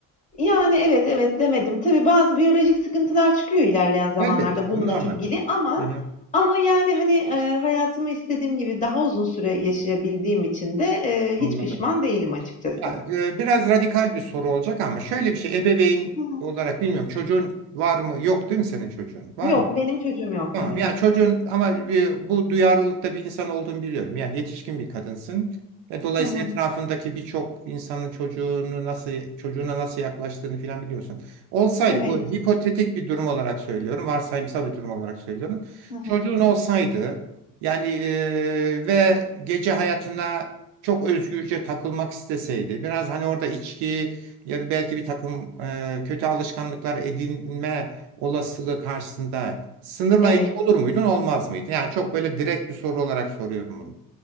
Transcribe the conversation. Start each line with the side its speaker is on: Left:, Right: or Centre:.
Left: Yani, evet, evet demedim. Tabii bazı biyolojik sıkıntılar çıkıyor ilerleyen zamanlarda
Right: Elbette
Left: bununla
Right: bu normal
Left: ilgili
Right: tabii.
Left: ama
Right: Hı-hı,
Left: ama, yani, hani, eee, hayatımı istediğim gibi daha uzun süre yaşayabildiğim için de, eee,
Right: anladım.
Left: hiç pişman değilim açıkçası.
Right: Ya e, biraz radikal bir soru olacak ama şöyle bir şey ebeveyn
Left: Hı hı.
Right: olarak bilmiyorum çocuğun var mı yok değil mi senin çocuğun var
Left: Yok,
Right: mı?
Left: benim çocuğum yok,
Right: Tamam.
Left: evet.
Right: Ya çocuğun ama bir- bu duyarlılıkta bir insan olduğunu biliyorum. Yani yetişkin bir kadınsın. Ve dolayısıyla
Left: Hı hı.
Right: etrafındaki birçok insanın çocuğunu nasıl çocuğuna nasıl yaklaştığını filan biliyorsun. Olsaydı
Left: Evet.
Right: bu hipotetik bir durum olarak söylüyorum. Varsayımsal bir durum olarak söylüyorum.
Left: Hı hı.
Right: Çocuğun olsaydı yani e, ve gece hayatına çok özgürce takılmak isteseydi. Biraz hani orada içki ya da belki bir takım e, kötü alışkanlıklar edinme olasılığı karşısında sınırlayıcı
Left: Evet.
Right: olur muydun, olmaz mıydı? Yani çok böyle direkt bir soru olarak soruyorum bunu.